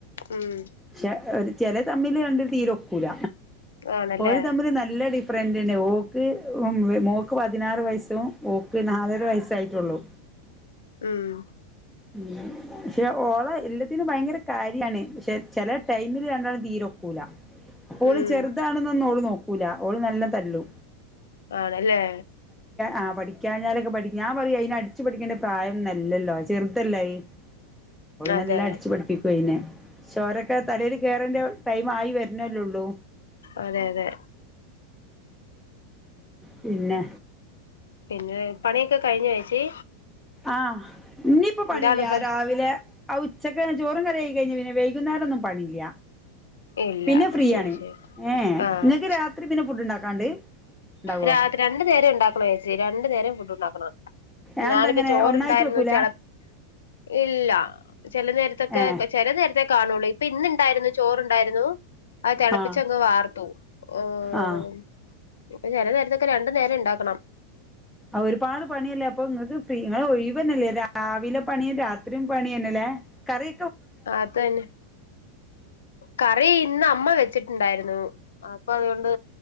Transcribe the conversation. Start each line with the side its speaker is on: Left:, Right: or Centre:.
Left: ഉം
Centre: പക്ഷെ....... ചില തമ്മിൽ രണ്ട് തീരൊക്കൂല
Left: ആണല്ലേ
Centre: ഒരു തമ്മിൽ നല്ല ഡിഫറൻറ്ണ്ട് ഓൾ...... ക്ക് മോക്ക് പതിനാറ് വയസ്സും ഓക്ക് നാലര വയസ്സയിട്ടുള്ളൂ.......
Left: ഉം.....
Centre: <unintelligible> പക്ഷെ ഓള എല്ലാത്തിനും ഭയങ്കര കാര്യണ് പക്ഷെ ചെല ടൈമില് രണ്ടാളും തീരൊക്കൂല....... ഓള്
Left: ഉം
Centre: ചെറുതാണെന്നൊന്നും ഓള് നോക്കൂല ഓള് നല്ലതല്ലു.......
Left: ആണല്ലേ......
Centre: ആ പഠിക്കാഴഞ്ഞാലൊക്കെ പഠി ഞൻ പറയും അയിന ല്ലായി അവള
Left: അതെ
Centre: നല്ല അടിച്ചു പഠിപ്പിക്കു അയിനെ...... ചോരൊക്കെ തലേൽ കേറന്റെ ടൈം ആയി വരുന്നല്ലോള്ളൂ......
Left: അതെ അതെ
Centre: പിന്നെ.
Left: പിന്നെ പണിയൊക്കെ കഴിഞ്ഞ ചേച്ചി.
Centre: ആഹ് ഇനിയിപ്പൊ പണില്ല
Left: എന്താണ് പ
Centre: രാവിലെ.. ആ ഉച്ചക്ക് ചോറും കറി ആയി കഴിഞ്ഞു പിന്നെ വൈകുന്നേരം ഒന്നും പണില്ല.
Left: ഇല്ല
Centre: പിന്നെ ഫ്രീയാണ്
Left: ശരി ശരി
Centre: ഏ
Left: ആഹ്
Centre: നിങ്ങക്ക് രാത്രി പിന്നെ ഫുഡ് ഉണ്ടാക്കാണ്ട്...... ഉണ്ടാവോ
Left: രാത് രണ്ടു നേരം ഉണ്ടാക്കണച്ചി രണ്ടു നേരം ഫുഡ് ഉണ്ടാക്കണം.
Centre: അതെന്താ
Left: ഞാനിപ്പ
Centre: അങ്ങനെ
Left: ചോറണ്ടായിരുന്നു
Centre: ഒന്നായിട്ട് വെക്കൂല
Left: <unintelligible> ഇല്ല. ചില നേരത്തൊക്കെ
Centre: ഏ
Left: ചില നേരത്തെ കാണുള്ളൂ ഇപ്പൊ ഇന്ന ഇണ്ടായിരുന്നു ചോറുണ്ടായിരുന്നു. അത് തിളപ്പിച്ചങ്ങ്
Centre: ആ
Left: വാർത്തു ഓഹ്
Centre: ആ
Left: അപ്പൊ ചില നേരത്തൊക്കെ രണ്ടു നേരം ഉണ്ടാക്കണം.
Centre: ആ ഒരുപാട് പണിയല്ലേ അപ്പൊ നിങ്ങക്ക് ഫ്രീ നിങ്ങ ഒഴിവ തന്നല്ലേ രാവിലെ പണിയും രാത്രിയും പണി. കറി.
Left: അത തന്നെ കറി ഇന്ന അമ്മ വെച്ചിട്ടുണ്ടായിരുന്നു. അപ്പൊ അതുകൊണ്ട്.